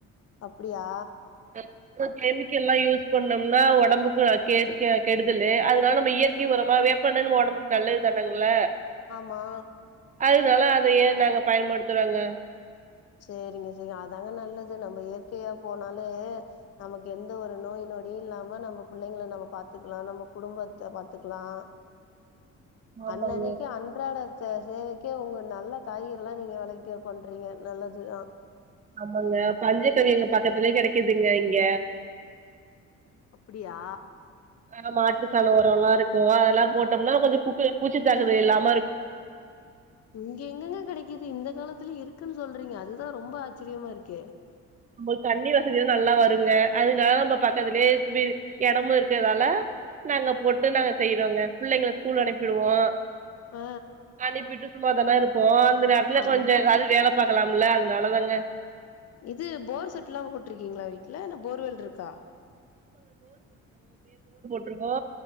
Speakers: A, on the left (about 55°); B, on the right (about 25°).
A: அப்படியா
B: அஹ் கெமிக்கல்லாம் யூஸ் பண்ணோம்னா உடம்புக்கு கெடுதல அதனால நம்ம இயற்கை உரமா வேப்பண்ணன்னு உடம்புக்கு நல்லது தானேங்கள
A: ஆமா
B: அதனால அத ஏ நாங்க பயன்படுத்துறோங்க
A: சரிங்க சரி அதாங்க நல்லது நம்ம இயற்கையா போனாலே நமக்கு எந்த ஒரு நோய் நொடியும் இல்லாம நம்ம பிள்ளைங்கள நம்ம பாத்துக்கலாம் நம்ம குடும்பத்தை பாத்துக்கலாம்
B: ஆமாங்க
A: அன்னேனிக்கு அன்றாட ச சேவைக்க உங்க நல்ல காய்கரிலாம் நீங்கள் விளைக்க பண்ணுறீங்க நல்லது தான்
B: ஆமாங்க பஞ்சக்கவி பக்கத்துலேயே கிட இதுங்க இங்க
A: அப்டியா
B: ஆ மாட்டு சாணம் உரம் எல்லாம் இருக்கும் அதெல்லாம் போஓட்டனா
A: ம்
B: கொஞ்சம் ல்லாம்
A: இங்க எங்கெங்க கெடைக்குது இந்த காலத்துல இரு இருக்குன்னு சொல்றீங்க அதுதான் ரொம்ப ஆச்சரியமா இருக்கே
B: <inaudible> தண்ணி வசதிதான் நல்லா வருங்க அதுனால நம்ம பக்கத்துலயே குடி இடமும் இருக்கதால நாங்க போட்டு நாங்க செய்யறவங்க புள்ளை எங்களை ஸ்கூல் அனுப்பிடுவோம்
A: ஆ
B: அனுிப்பிட்டு சும்மாாதானே இருப்போம் அந்த நேரத்துல
A: ஆமா
B: கொஞ்சம் எதவ்து வேலை பாக்கலாம்ல அதனாலதாங்க
A: இது போர் செட் எல்லா போட்ருக்கீங்களா வீட்ல இல்லா போர்வல் இருக்கா
B: இருக்கோ